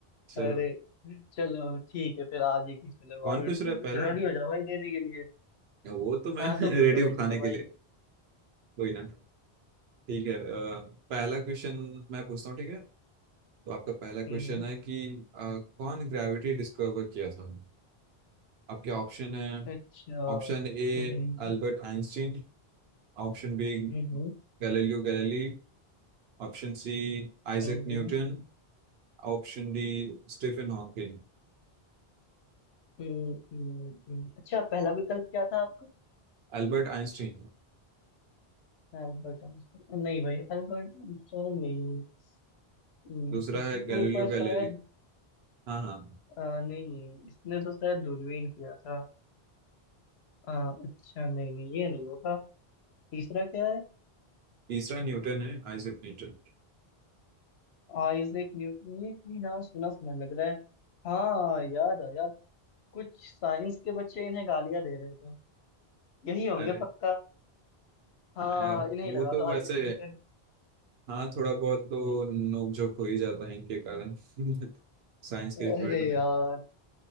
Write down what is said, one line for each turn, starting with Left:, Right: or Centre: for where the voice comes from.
Right: चलो
Left: अरे चलो ठीक है फिर आज ही की चलो
Right: कौन
Left: भाई
Right: पूछ रहा है पहला
Left: रेडी हो जाओ भाई देने के लिए
Right: वो तो मैं
Left: हाँ
Right: <laughs>
Left: तुम
Right: रेडी
Left: पूछो
Right: हूँ
Left: भाई चलो
Right: खाने के
Left: भाई
Right: लिए कोई ना ठीक है अ, पहला क्वेश्चन मैं पूछता हूँ ठीक है तो आपका पहला क्वेश्चन
Left: हम्म हम्म,
Right: है कि अ, कौन ग्रेविटी डिस्कवर किया था आपके ऑप्शन है
Left: अच्छा
Right: Option A
Left: हम्म हम्म
Right: Albert Einstein Option B
Left: हम्म
Right: Galileo Galilei Option C Isaac
Left: हम्म
Right: Newton Option D Stephen Hawking
Left: हम्म, हम्म, हम्म। अच्छा पहला विकल्प क्या था आपका
Right: Albert Einstein
Left: अल्बर्ट आइंस्टाइन नहीं भाई अल्बर्ट आइंस्टाइन नहीं हम्म,
Right: दूसरा
Left: किसी
Right: है
Left: के
Right: गैलीलियो
Left: ऊपर शायद
Right: गैलीली हाँ हाँ
Left: अ, नहीं इसने तो शायद दूरबीन किया था अ, अच्छा नहीं नहीं ये नहीं होगा तीसरा क्या
Right: तीसरा न्यूटन है आइजक न्यूटन
Left: आइजैक न्यूटन ये कहीं नाम सुना सुना लग रहा है हाँ याद आया कुछ साइंस के बच्चे इन्हें गालियां दे रहे थे यही होंगे
Right: अरे
Left: पक्का हाँ
Right: हाँ यार
Left: इन्हें ही
Right: वो
Left: लगा
Right: तो
Left: दो आइजैक
Right: वैसे
Left: न्यूटन
Right: हाँ थोड़ा बहुत तो नोकझोंक हो ही जाता है इनके कारण <laughs> साइंस के
Left: अरे
Right: फील्ड में
Left: यार